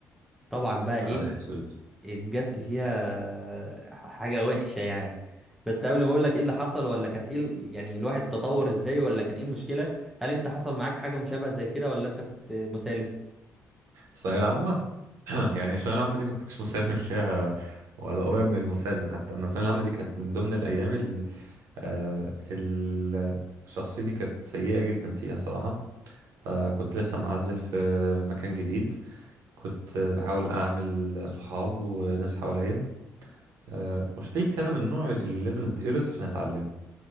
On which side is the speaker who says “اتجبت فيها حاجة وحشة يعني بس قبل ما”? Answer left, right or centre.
Centre